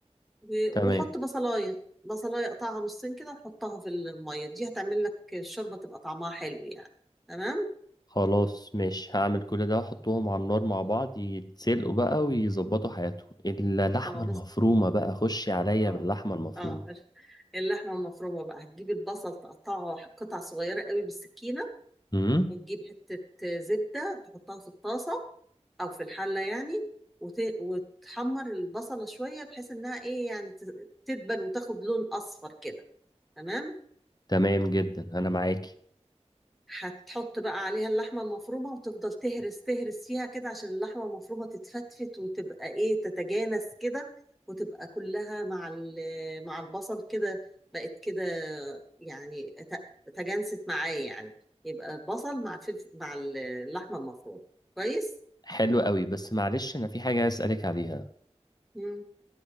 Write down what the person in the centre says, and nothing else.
و-
وحط بصلايه بصلايه قطعها نصين كده وحطها في الميه دي هتعمل لك الشوربه تبقى طعمها حلو يعني تمام
اه
بس
اه
اه <laughs> اللحمه المفرومه بقى هتجيب البصل تقطعه قطع صغيره قوي بالسكينه
وتجيب حته زبده تحطها في الطاسه او في الحله يعني وت... وتحمر البصله شويه بحيث انها ايه يعني ت- تدبل وتاخد لون اصفر كده تمام
هتحط بقى عليها اللحمه المفرومه وتفضل تهرس تهرس فيها كده عشان اللحمه المفرومه تتفتفت وتبقى ايه تتجانس كده وتبقى كلها مع ال- مع البصل كده بقت كده يعني ت- تجانست معاه يعني يبقى بصل مع فلفل مع اللحمه المفرومه كويس
مم.